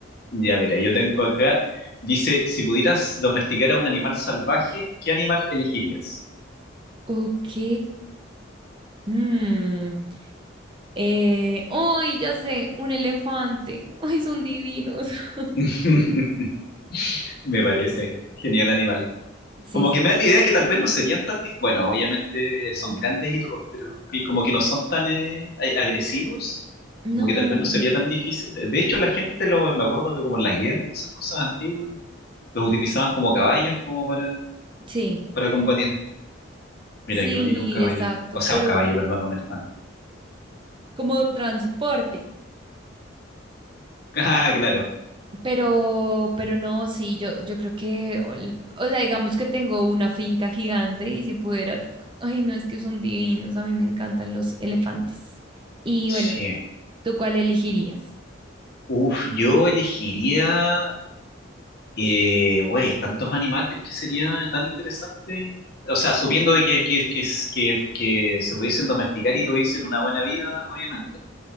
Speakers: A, on the left; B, on the right.
A: Ya, mira, yo tengo acá, dice, si pudieras domesticar a un animal salvaje, ¿qué animal elegirías?
B: Ok. Mm. Eh, ¡ay, ya sé! Un elefante. <laughs> ¡Ay, son divinos! <laughs>
A: <laughs> Me parece genial animal.
B: Sí,
A: Como que
B: ya.
A: me da la idea que tal vez no serían tan... dif- Bueno, obviamente son grandes y todos, pero que como que no son tan eh, a- agresivos,
B: No.
A: como que tal vez no sería tan difícil. De de hecho, la gente, lo, me acuerdo que como en las guerras, esas cosas antiguas, los utilizaban como caballos como para,
B: Sí,
A: para combatir. Mira,
B: sí,
A: qué bonito un caballo.
B: exacto,
A: O
B: pero
A: sea, un caballo, perdón, un elefante.
B: como transporte.
A: <laughs> Ah, claro.
B: Pero, pero no, sí, yo, yo creo que, ol- o sea, digamos que tengo una finca gigante y si pudiera, t- ay, no, es que son divinos, a mí me encantan los elefantes. Y
A: Sí.
B: bueno, ¿tú cuál elegirías?
A: Uf, yo elegiría, eh, güey, tantos animales que sería tan interesante. O sea, supiendo de que, que, que, que, que se pudiesen domesticar y tuviesen una buena vida, obviamente.